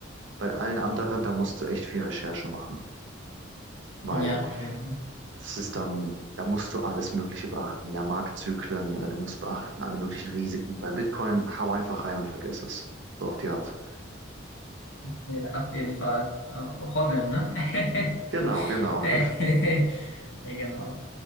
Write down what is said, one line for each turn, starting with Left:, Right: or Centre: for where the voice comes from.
Right: Bei allen anderen, da musst du echt viel Recherche machen, weil
Left: Ja, auf jeden Fall.
Right: Das ist dann, da musst du alles Mögliche beachten. Ja, Marktzyklen, äh, du musst beachten alle möglichen Risiken. Bei Bitcoin, hau einfach rein und vergiss es. So auf die Art.
Left: Ja, auf jeden Fall. Äh, Hoddeln, ne? <laughs>
Right: Genau, genau.
Left: Äh,
Right: <laughs>
Left: <laughs> Ja, Genau.